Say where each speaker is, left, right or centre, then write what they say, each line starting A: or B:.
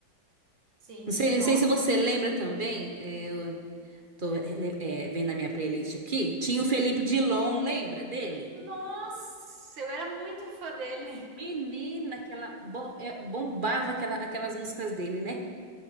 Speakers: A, on the right; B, on the right.
A: Sim.
B: Não sei,
A: Nó.
B: não sei se você lembra também, eh, eu tô rele- eh, vendo a minha playlist aqui, tinha o Felipe Dilon, lembra dele?
A: Nossa, eu era muito fã dele.
B: Menina, aquela bom, eh, bombava aquela, aquelas músicas dele, né?